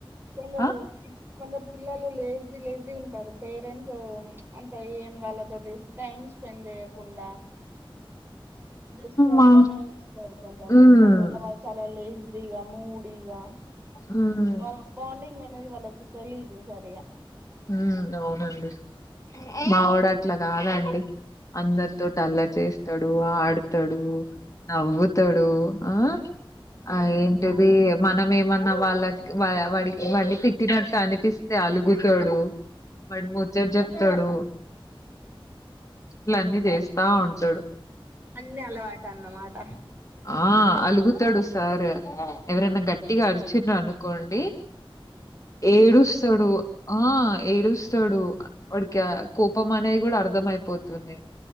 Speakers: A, on the right; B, on the left.
A: కొందరు
B: ఆ
A: కిడ్స్ కొందరు పిల్లలు లేజీ లేజీ ఉంటరు పేరెంట్స్ అంత ఏం వాళ్ళతోటి టైమ్ స్పెండ్ చేయకుండా బెస్ట్ అట్లనే
B: మా
A: చేస్తరు కొంతమంది
B: హ్మ్
A: దాని వల్ల వాళ్ళు చాలా లేజీగా మూడీగా
B: ఉమ్
A: వాళ్ళ బాండింగ్ అనేది వాళ్ళ తెలీదు సరిగ్గా
B: ఉ అవునండి మావోడు అట్ల కాదండి అందరితోటి అల్లరి చేస్తడు ఆడతడు నవ్వుతడు ఆ
A: అలానే
B: ఆ ఏంటిది
A: ఉండాలి
B: మనం ఏమన్నా వాళ్ళకి వాడి వాడిని తిట్టినట్టు అనిపిస్తే అలుగు తడు వాడు ముచ్చట చెప్తడు ఇలా అన్నీ చేస్తా ఉంటడు
A: అన్ని అలవాటు అన్నమాట
B: ఆ అలుగుతడు సార్ ఎవరైనా గట్టిగా అరిచిన్రు అనుకోండి ఏడుస్తడు
A: తెలుస్తుంది
B: ఆ ఏడుస్తడు వాడికి కోపం అనేది కూడా అర్ధం అయిపోతుంది